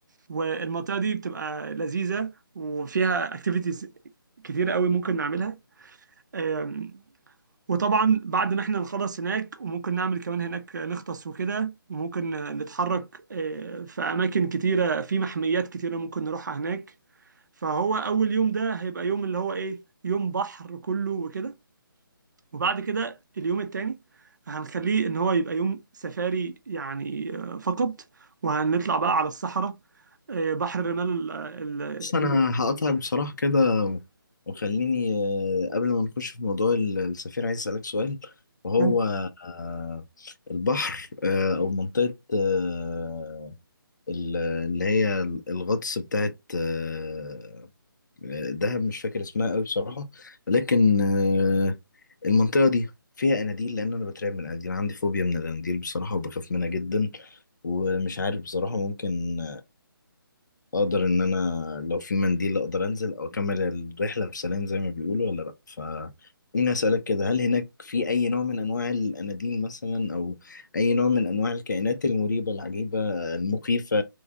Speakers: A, on the right; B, on the left.
A: والمنطقة دي بتبقى لذيذة وفيها اكتيفيتيز كتيرة قوي ممكن نعملها آم، وطبعا بعد ما احنا نخلص هناك وممكن نعمل كمان هناك نغطس وكده وممكن آه، نتحرك آه، في أماكن كتيرة في محميات كتيرة ممكن نروحها هناك فهو اول يوم ده هيبقى يوم اللي هو ايه يوم بحر كله وكده وبعد كده اليوم التاني هنخليه ان هو يبقى يوم سفاري يعني آه، فقط وهنطلع بقى على الصحراء آه، بحر الرمال ال- ال-
B: بس انا هقطعك بصراحه كده وخليني آه، قبل ما نخش في موضوع ال- السفير عايز اسالك سؤال وهو
A: ال-
B: آه، البحر آه، او منطقه آه، ال- اللي هي الغطس بتاعت آه، دهب مش فاكر اسمها قوي بصراحه لكن آه، المنطقه دي فيها اناديل لان انا بترعب من الاناديل عندي فوبيا من الاناديل بصراحه وبخاف منها جدا ومش عارف بصراحه ممكن اقدر ان انا لو في منديل اقدر انزل او اكمل الرحله بسلام زي ما بيقولوا ولا لا ف خليني اسالك كده هل هناك في اي نوع من انواع الاناديل مثلا او اي نوع من انواع الكائنات المريبه العجيبه المخيفه